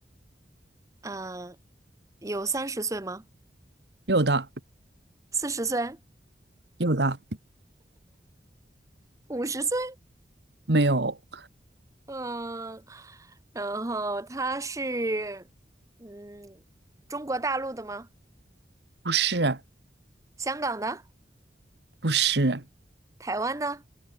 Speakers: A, on the right; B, on the right.
A: 呃，有三十岁吗？
B: 有的，
A: 四十岁？
B: 有的，
A: 五十岁？
B: 没有，
A: 嗯，然后他是嗯中国大陆的吗？
B: 不是，
A: 香港的？
B: 不是，
A: 台湾的？